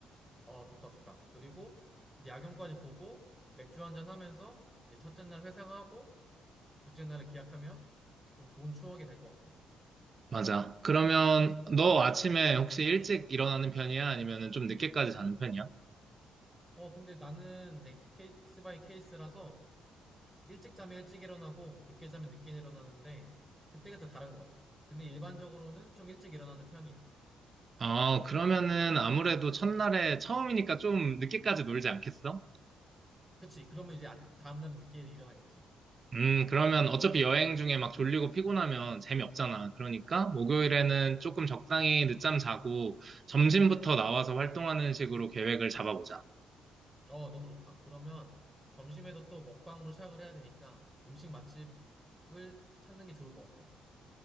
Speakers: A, in the centre; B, on the right.
A: 어, 좋다, 좋다. 그리고 이제 야경까지 보고 맥주 한 잔 하면서 이제 첫째 날 회상하고 둘째 날을 기약하면 좀 좋은 추억이 될 것 같아.
B: 맞아. 그러면 너 아침에 혹시 일찍 일어나는 편이야? 아니면은 좀 늦게까지 자는 편이야?
A: 어, 근데 나는 이제 케이스 바이 케이스라서 일찍 자면 일찍 일어나고 늦게 자면 늦게 일어나는데 그때그때 다른 것 같아. 근데 일반적으로는 좀 일찍 일어나는 편이야.
B: 어, 그러면은 아무래도 첫날에 처음이니까 좀 늦게까지 놀지 않겠어?
A: 그치? 그러면 이제 아- 다음 날은 늦게 일어나겠지.
B: 음, 그러면 어차피 여행 중에 막 졸리고 피곤하면 재미없잖아. 그러니까 목요일에는 조금 적당히 늦잠 자고 점심부터 나와서 활동하는 식으로 계획을 잡아보자.
A: 어, 너무 좋다. 그러면 점심에도 또 먹방으로 시작을 해야 되니까 음식 맛집을 찾는 게 좋을 것 같아.